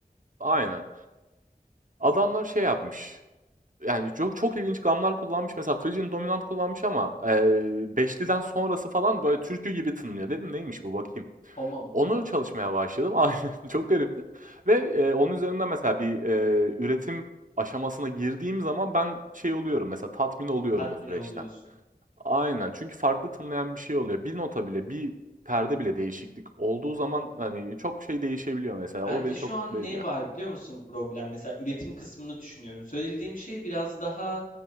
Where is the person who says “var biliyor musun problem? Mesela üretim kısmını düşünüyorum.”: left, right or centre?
Left